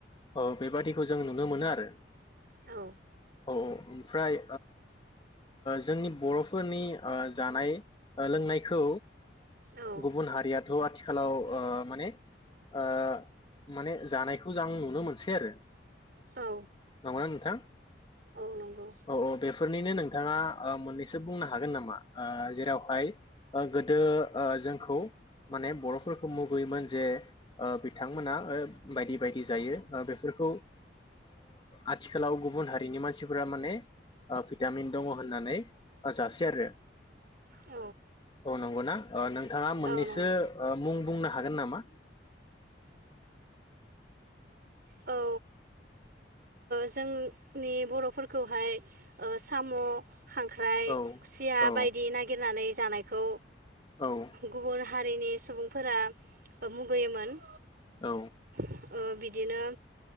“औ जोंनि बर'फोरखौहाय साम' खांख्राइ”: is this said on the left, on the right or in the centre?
Right